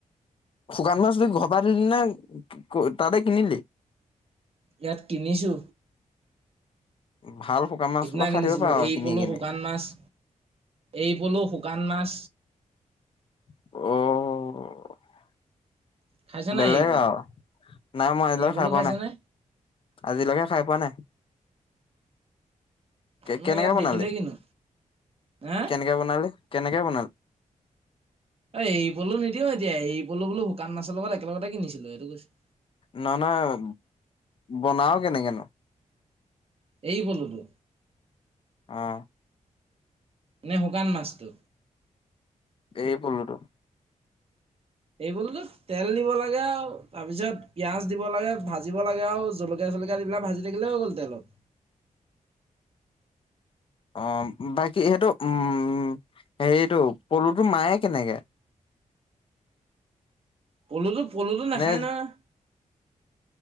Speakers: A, on the left; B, on the right.
A: শুকান মাছটো ঘৰ পৰা দিলি নে তাতে কিনিলি?
B: ইয়াত কিনিছোঁ।
A: ভাল শুকান মাছ
B: সেইদিনা
A: সোপা খাই
B: কিনিছিলোঁ
A: থাকিব পাৰ
B: এৰিপলু,
A: কিনি কিনি
B: শুকান মাছ, এৰিপলু, শুকান মাছ।
A: অ'
B: খাইছে নাই
A: বেলেগ
B: এৰি পলু
A: আৰু। নাই মই আজিলৈকে
B: এৰি পলু
A: খাই পোৱা
B: খাইছে
A: নাই,
B: নে
A: আজিলৈকে খাই পোৱা নাই।
B: মই
A: কেনেকে
B: ইয়াত
A: বনালি
B: দেখিলেই কিনো, এ
A: কেনেকে বনালি কেনেকে বনা
B: এৰিপলু নিদিও এতিয়া, এৰিপলু বোলো শুকান মাছৰ লগত একেলগতে কিনিছিলোঁ, এইটো কৈছোঁ।
A: নহয়, নহয় বনাওঁ কেনেকেনো?
B: এৰিপলুটো?
A: অ'।
B: নে শুকান মাছটো?
A: এৰিপলুটো।
B: এৰিপলুটো তেল দিব লাগে আৰু তাৰ পিছত পিয়াঁজ দিব লাগে, ভাজিব লাগে আৰু জলকীয়া চলকীয়া দি পেলাই বিলাক ভাজি থাকিলে হৈ গ'ল তেলত।
A: অ', বাকী সেইটো উম, হেৰিটো পলুটো মাৰে কেনেকে?
B: পলুটো পলুটো নাখায়
A: নে
B: নহয়।